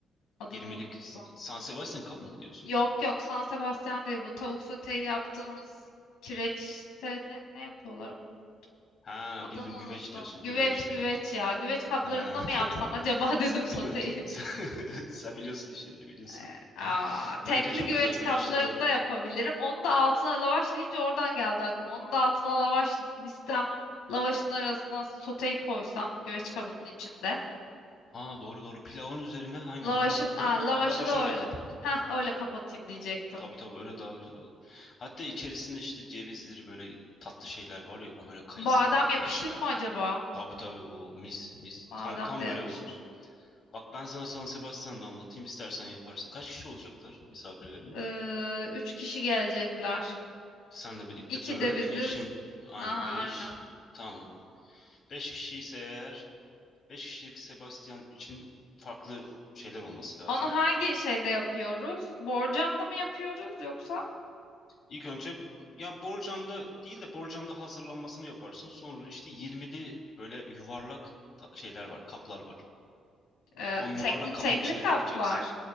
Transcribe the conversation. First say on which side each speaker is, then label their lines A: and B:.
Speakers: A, on the left (about 85°); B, on the left (about 55°).
A: Adını
B: 20'lik
A: unuttum.
B: San Sebastian kabı mı diyorsun?
A: Yok yok San Sebastian değil bu tavuk soteyi yaptığımız kireçte ne, ne yapıyorlar onu?
B: Ha
A: Adını
B: bildim
A: unuttum.
B: güveç diyorsun.
A: Güveç
B: Güveç
A: güveç
B: güveç.
A: ya. Güveç kaplarında
B: Ha.
A: mı yapsam
B: <laughs>
A: acaba <laughs> dedim
B: Sen
A: soteyi.
B: biliyorsun işte. <laughs> Sen biliyorsun işte diye biliyorsun.
A: E, Aa, tekli
B: Bence çok
A: güveç
B: güzel. Güveçte
A: kaplarında
B: tabii.
A: yapabilirim. Onu da altına lavaş deyince oradan geldi aklıma. Onu da altına lavaş listem. Lavaşın arasına soteyi koysam güveç kabının içinde.
B: Aa doğru doğru. Pilavın üzerine aynen
A: Lavaşı,
B: onları koy.
A: aa, lavaşı
B: Lavaş
A: da
B: öyle
A: öyle.
B: kapat.
A: Heh öyle kapatayım diyecektim.
B: Tabii tabii öyle daha güzel olur. Hatta içerisinde işte cevizleri böyle tatlı şeyler var ya böyle kayısı
A: Badem
B: kuru
A: yakışır
B: kayısı falan.
A: mı acaba?
B: Tabii tabii o mis mis.
A: Badem
B: Tam tam
A: de
B: böyle
A: yakışır.
B: olur. Bak ben sana San Sebastian'da anlatayım istersen yaparsın. Kaç kişi olacaklar misafirlerin?
A: Ee, üç kişi gelecekler.
B: Senle birlikte
A: İki
B: 4,
A: de biziz.
B: eşim aynı
A: Aha,
B: 5.
A: aynen.
B: Tamam. 5 kişi ise eğer 5 kişilik Sebastian için farklı şeyler olması lazım.
A: Onu hangi şeyde yapıyoruz? Borcamda mı yapıyoruz yoksa
B: İlk önce ya borcamda değil de borcamda hazırlanmasını yaparsın. Sonra işte 20'li böyle yuvarlak ta- şeyler var, kaplar var.
A: e,
B: O yuvarlak
A: tekli tekli
B: kabın içine
A: kaplar?
B: dökeceksin.